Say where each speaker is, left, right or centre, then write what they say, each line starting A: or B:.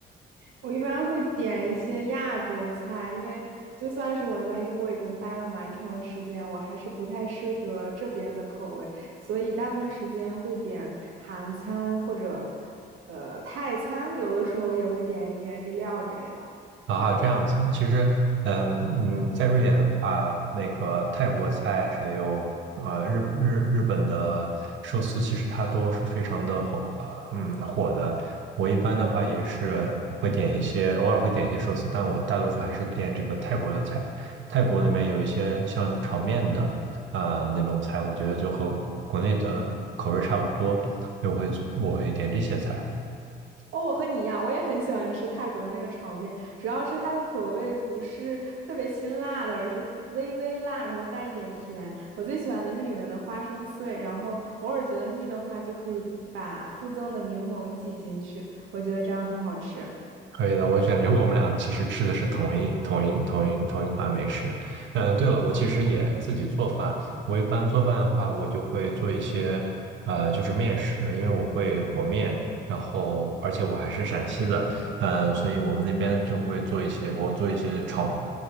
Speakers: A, on the right; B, on the right.
A: 我一般会点一些亚洲菜，因为就算是我在英国已经待了蛮长的时间，我还是不太适合这边的口味，所以大部分时间会点韩餐或者，呃，泰餐，有的时候也会点一点日料之类的。
B: 啊，这样子，其实，嗯嗯，在瑞典的话，那个泰国菜还有呃日日日本的寿司，其实它都是非常的火，呃嗯火的。我一般的话也是会点一些，偶尔会点一些寿司，但我大多数还是点这个泰国的菜。泰国里面有一些像炒面的，呃那种菜，我觉得就和国内的口味差不多，所以我会我会点这些菜。
A: 哦，我和你一样，我也很喜欢吃泰国的那个炒面，主要是它的口味不是特别辛辣的，而是微微辣，然后带一点甜。我最喜欢的是里面的花生碎，然后偶尔觉得腻的话，就可以把附赠的柠檬挤进去，我觉得这样很好吃。
B: 可以的，我感觉我们俩其实吃的是同一同一同一同一款美食。嗯，对了，我其实也自己做饭。我一般做饭的话，我就会做一些呃，就是面食，因为我会和面，然后而且我还是陕西的，嗯，所以我们那边就会做一些，我做一些炒